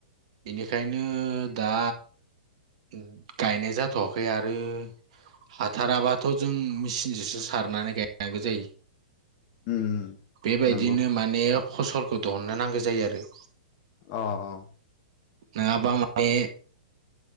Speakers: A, on the right (about 45°); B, on the left (about 35°).
A: बेनिखायनो दा <unintelligible> गायनाय जाथ'आ खै आरो हाथाराबाथ' जों मेचिनजोंसो सारनानै गायनांगौ जायो
B: उम
A: बेबायदिनो
B: नंगौ
A: माने फसलखौ दहुननो नांगौ जायो आरो
B: अ अ
A: नङाबा माने